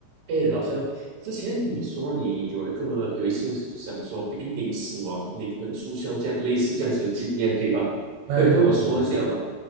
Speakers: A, on the right (about 70°); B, on the right (about 80°).
A: 哎，老乡，之前你说你有一个有一次想说濒临死亡、灵魂出窍这样类似这样子的经验，对吧？
B: 哎，
A: 可以跟我说一下吗？
B: 对对对，